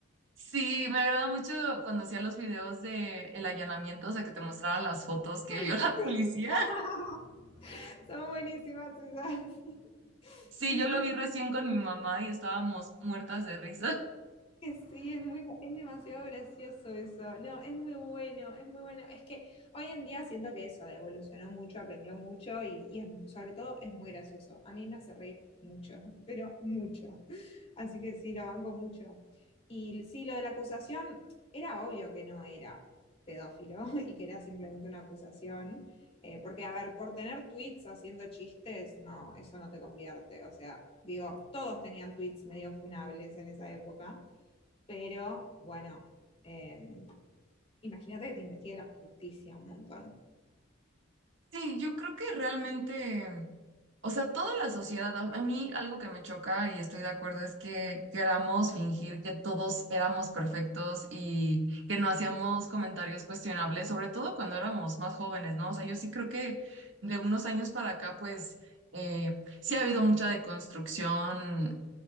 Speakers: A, on the right (about 70°); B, on the left (about 30°).
A: sí, me agrada mucho cuando hacía los videos de el allanamiento, o sea, que te mostraba las fotos que
B: Ay,
A: vio la
B: sí.
A: policía
B: <laughs> Son buenísimas esas. <laughs>
A: Sí,
B: Sí,
A: yo lo
B: sí,
A: vi recién con mi mamá y estábamos muertas de risa. <laughs>
B: Que sí, es muy, es demasiado gracioso eso. No, es muy bueno, es muy bueno. Es que hoy en día siento que eso evolucionó mucho, aprendió mucho y, y es- sobre todo es muy gracioso. A mí me hace reír mucho, pero mucho. Así que sí, lo banco mucho. Y sí, lo de la acusación era obvio que no era pedófilo <laughs> y que era simplemente una acusación. Eh, porque, a ver, por tener tweets haciendo chistes, no, eso no te convierte. O sea, digo, todos tenían tweets medio funables en esa época pero bueno, eh, imagínate que te investigue la justicia un montón.
A: Sí, yo creo que realmente, o sea, toda la sociedad, a a mí algo que me choca y estoy de acuerdo es que queramos fingir que todos éramos perfectos y que no hacíamos comentarios cuestionables, sobre todo cuando éramos más jóvenes, ¿no? O sea, yo sí creo que de unos años para acá, pues, eh, sí ha habido mucha deconstrucción